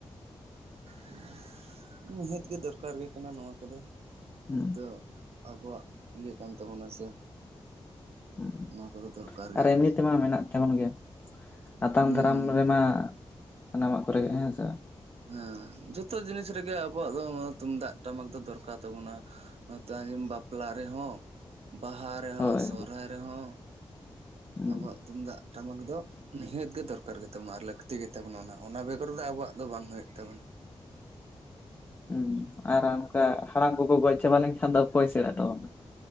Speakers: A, on the right (about 75°); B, on the left (about 20°).
A: <unintelligible> ᱱᱤᱦᱟᱹᱛ ᱜᱮ ᱫᱚᱨᱠᱟᱨ ᱜᱮ ᱠᱟᱱᱟ ᱱᱚᱣᱟ ᱠᱚᱫᱚ
B: ᱦᱩᱸ
A: ᱱᱤᱛᱚᱜ ᱟᱵᱚᱣᱟᱜ ᱤᱭᱟᱹ ᱠᱟᱱ ᱛᱟᱵᱚᱱᱟ ᱥᱮ
B: ᱦᱩᱸ
A: ᱱᱚᱣᱟ ᱠᱚᱫᱚ ᱫᱚᱨᱠᱟᱨ ᱜᱮ
B: ᱟᱨ
A: ᱠᱟᱱᱟ
B: ᱮᱢᱱᱤ ᱛᱮᱢᱟ ᱢᱮᱱᱟᱜ ᱛᱟᱵᱚᱱ ᱜᱮᱭᱟ ᱟᱛᱟᱝ
A: ᱦᱩᱸ
B: ᱫᱟᱨᱟᱢ
A: ᱦᱩᱸ
B: ᱨᱮ ᱢᱟ ᱥᱟᱱᱟᱢᱟᱜ ᱠᱚᱨᱮ ᱜᱮ ᱦᱮᱸ ᱥᱮ
A: ᱦᱮᱸ ᱡᱚᱛᱚ ᱡᱤᱱᱤᱥ ᱨᱮᱜᱮ ᱟᱵᱚᱣᱟᱜ ᱫᱚ ᱛᱩᱢᱫᱟᱜ ᱴᱟᱢᱟᱠ ᱫᱚ ᱫᱚᱨᱠᱟᱨ ᱛᱟᱵᱚᱱᱟ᱾ ᱱᱚᱛᱮ ᱟᱸᱡᱮᱢ ᱵᱟᱯᱞᱟ ᱨᱮᱦᱚᱸ ᱵᱟᱦᱟ ᱨᱮᱦᱚᱸ
B: ᱦᱳᱭ
A: ᱥᱚᱦᱨᱟᱭ ᱨᱮᱦᱚᱸ᱾
B: ᱦᱩᱸ
A: ᱟᱵᱚᱣᱟᱜ ᱛᱩᱢᱫᱟᱜ ᱴᱟᱢᱟᱠ ᱫᱚ ᱱᱤᱦᱟᱹᱛ ᱜᱮ ᱫᱚᱨᱠᱟᱨ ᱜᱮ ᱛᱟᱵᱚᱱᱟ ᱟᱨ ᱞᱟᱹᱠ ᱠᱷᱩᱛᱤ ᱜᱮᱛᱟᱵᱚᱱᱟ ᱚᱱᱟ ᱵᱮᱜᱚᱨ ᱫᱚ ᱟᱵᱚᱣᱟᱜ ᱫᱚ ᱵᱟᱝ ᱦᱳᱭᱳᱜ ᱛᱟᱵᱚᱱᱟ᱾
B: ᱦᱩᱸ ᱟᱨ ᱚᱱᱠᱟ ᱦᱟᱲᱟᱢ ᱠᱚᱠᱚ ᱜᱚᱡ ᱪᱟᱵᱟ ᱞᱮᱱᱠᱷᱟᱱ ᱫᱚ ᱚᱠᱚᱭ ᱥᱮᱬᱟᱭ ᱛᱟᱵᱚᱱᱟ᱾